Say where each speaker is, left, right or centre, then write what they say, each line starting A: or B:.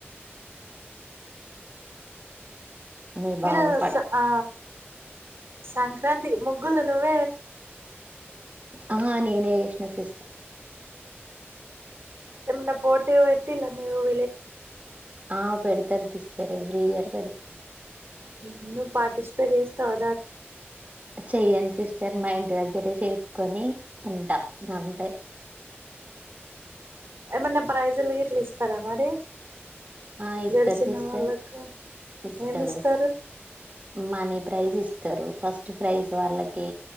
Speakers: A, on the right; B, on the right.
A: ఉ మీ
B: మీరు
A: బాబు పడు
B: ఆ సంక్రాం ముగ్గులు నువ్వే వేసినావా
A: ఆ నేనే చేసిన సిస్టర్
B: ఏమన్న పోటీ పిట్టల్లా మీర విలేజ్ లో
A: ఆ పెడతారు సిస్టర్ ఎవ్రీ ఇయర్ పెడతారు
B: నువ్వు పార్టిసిపేట్ చేస్తావ దాంట్లో
A: చెయ్యను సిస్టర్ మా ఇంటి దగ్గరే చేసుకొని ఉంటా అంతే
B: ఏమన్న ప్రైజులు గిట్ల ఇస్తారా మరి
A: ఆ ఇస్తారు
B: గెలిచిన
A: సిస్టర్
B: వాళ్ళకు
A: ఇస్తారు
B: ఏమిస్తారు
A: మనీ ప్రైజ్ ఇస్తారు ఫస్ట్ ప్రైజ్ వాళ్ళకి